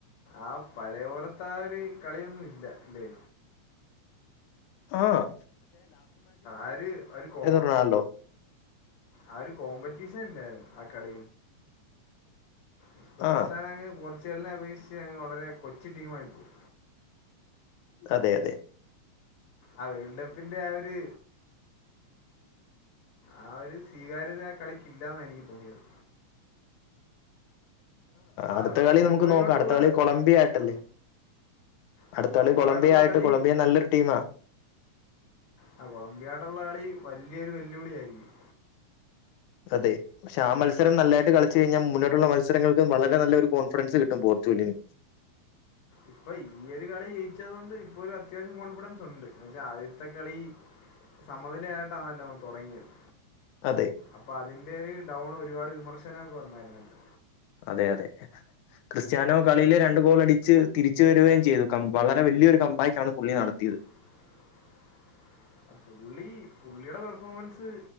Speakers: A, on the left; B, on the left.
A: ആഹ് പഴയ പോലത്തെ ആ ഒരു കളിയൊന്നും ഇല്ല അല്ലേ
B: ആഹ്
A: ആര് കോ
B: റൊണാൾഡോ
A: ആ ഒരു കോമ്പറ്റീഷൻ ഇല്ലായിരുന്നു അക്കട ഉസ്ബകിസ്ഥാൻ
B: ആ
A: അങ്ങ് പോർച്ചുഗലിനെ അപേക്ഷിച്ച് അങ്ങ് വളരെ കൊച്ചു ടീമായിപ്പോയി
B: അതെ അതെ
A: ആഹ് വേൾഡ് കപ്പിന്റെ ആ ഒരു ആ ഒരു സ്വീകാര്യത ആ കളിക്കില്ലാന്ന എനിക്ക് തോന്നിയത് ആ
B: അടുത്ത കളി
A: കോങ്കോോട്ടുള്ള
B: നമുക്ക് നോക്കാം അടുത്ത കളി കൊളംബിയ ആയിട്ടല്ലേ
A: ആ ആ
B: അടുത്ത
A: കോങ്കട്ടയള്ള
B: കളി കൊളംബിയ ആയിട്ട്
A: കളി
B: കൊളംബിയ നല്ലൊരു ടീമാ
A: ആ കൊളംബിയാട്ട ഉള്ള കളി വല്ിയൊരു വെല്ലുവിളിയ ആയിരിക്കും
B: അതെ പക്ഷെ ആ മത്സരം നല്ലായിട്ട് കളിച്ചച്ച് കഴിഞ്ഞാൽ മുന്നോട്ടുള്ള മത്സരം മത്സരങ്ങൾക്കും വളരെ നല്ല ഒരു കോൺഫിഡൻസ് കിട്ടും പോർച്ചുഗലിന്.
A: ഇപ്പൊ ഈ ഒരു കളി ജയിച്ചത് കൊണ്ട് ഇപ്പൊ ഒരു അത്യാവശ്യം കോൺഫിഡൻസ് ഉണ്ട് എന്ന വെച്ചാ ആദ്യത്തെ കളി. സമനിലയായിട്ടാണല്ലോ അവൻ തുടങ്ങിയത്.
B: അതെ
A: അപ്പൊ അതിന്റെ ഒരു ഡൗൺ ഒരുപാട് വിമർശനമൊക്കെ വന്നായിരുന്നല്ലോ.
B: അതെ അതെ ക്രിസ്ത്യാനോ കളിയില് രണ്ടു ഗോൾ അടിച്ച് തിരിച്ചു വരുകയും ചെയ്തു ക വളരെ വലിയൊരു കമ്പാക്ക് ആണ് പുള്ളി നടത്തിയത്.
A: <inaudible> പുള്ളി പുള്ളിയുടെ പെർഫോമൻസ്